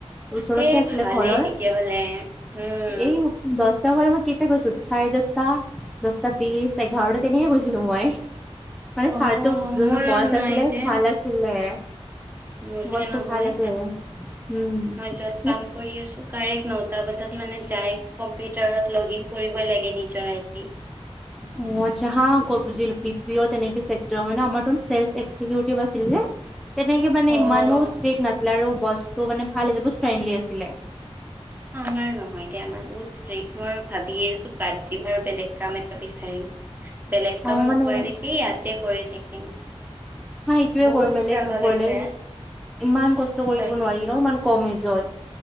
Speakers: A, in the centre; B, on the right.
A: ওচৰতে
B: সেই
A: আছিলে
B: ভালেই
A: ঘৰৰ,
B: তেতিয়াহলে উম
A: এই দচটা পৰা মই কেতিয়া গৈছো, চাৰেদচটা। দচটা বিছ, এঘাৰটা তেনেকে গৈছিলো মই, মানে
B: অ',
A: ছাৰটো যোনটো
B: মোৰ
A: বছ
B: আৰু নাই
A: আছিলে
B: দে,
A: <unintelligible>
B: মোৰ যে
A: বস্তু
B: নহয়,
A: ভাল এইটোৱে, উম।
B: মই য'ত
A: ন
B: কাম কৰি আছো, কাৰেক্ট নটা বজাত মানে যায়, কম্পিউটাৰত লগ ইন কৰিব লাগে নিজৰ I D.
A: <unintelligible> B P O তেনেকে ছেক্টৰ হয় ন, আমাৰটো ছেলচ এক্জিকিউটিভ আছিল যে। তেনেকে মানে
B: অ'।
A: ইমানো ষ্ট্ৰিক নাছিলে আৰু বছটো মানে ভাল আছিলে, বহুত ফ্ৰেণ্ডলি আছিলে।
B: আমাৰ নহয় দে, আমাৰ বহুত ষ্ট্ৰিকট, মই আৰু ভাবিয়ে আছোঁ বাদ দিম আৰু বেলেগ কাম এটা বিচাৰিম। বেলেগ
A: অ',
B: কাম
A: মানে
B: নোপোৱা দেখি ইয়াতে কৰি থাকিম।
A: মই এইটোয়ে
B: বহুত
A: কৰিম, বেলেগ
B: ষ্ট্ৰাগল
A: নকৰিলেও।
B: হৈছে,
A: ইমান কষ্ট কৰিব
B: তাক
A: নোৱাৰি ন, ইমান কম এজত,